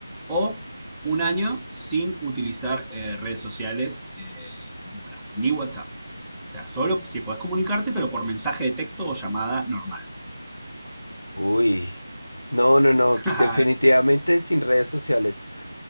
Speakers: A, in the centre; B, on the left (about 70°).
A: o un año sin utilizar eh, redes sociales eh, ninguna, ni WhatsApp. O sea, solo si podés comunicarte, pero por mensaje de texto o llamada normal.
B: Uy. No, no, no,
A: <laughs>
B: definitivamente sin redes sociales. <laughs>